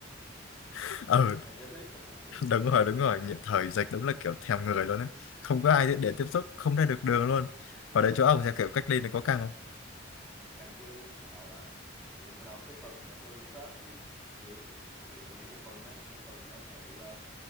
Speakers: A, on the left; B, in the centre.
A: <laughs> ờ
B: thèm giao tiếp <laughs>
A: <laughs> đúng rồi đúng rồi Nhị- thời dịch đúng là kiểu thèm người luôn á không có ai để, để tiếp xúc không ra được đường luôn ở đây chỗ ông sẽ kiểu cách ly này có căng không
B: càng chứ hồi đầu là kiểu hồi đầu cái tuần mà tôi nghỉ Tết thì kiểu bị nghỉ một tuần á nghỉ một tuần xong rồi lên